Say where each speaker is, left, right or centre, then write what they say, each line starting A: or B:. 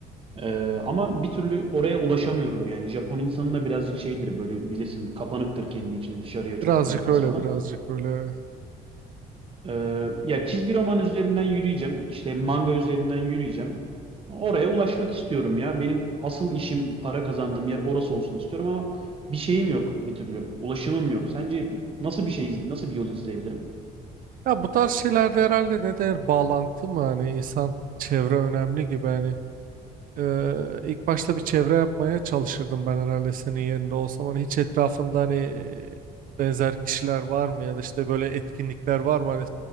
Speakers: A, on the right (about 35°); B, on the right (about 55°).
A: Ee, ama bir türlü oraya ulaşamıyorum yani. Japon insanı da birazcık şeydir böyle bilirsin kapanıktır kendi içine dışarıya çok
B: Birazcık
A: dönmez
B: öyle
A: falan.
B: birazcık öyle. evet.
A: Ee, ya çizgi roman üzerinden yürüyeceğim işte manga üzerinden yürüyeceğim. Oraya ulaşmak istiyorum ya. Benim asıl işim para kazandığım yer orası olsun istiyorum ama bir şeyim yok bir türlü. Ulaşımım yok. Sence nasıl bir şey iz- nasıl bir yol izleyebilirim?
B: Ya bu tarz şeylerde herhalde ne der bağlantı mı hani insan çevre önemli gibi hani Ee, ilk başta bir çevre yapmaya çalışırdım ben herhalde senin yerinde olsam hani hiç etrafında hani e, benzer kişiler var mı ya da işte böyle etkinlikler var mı hani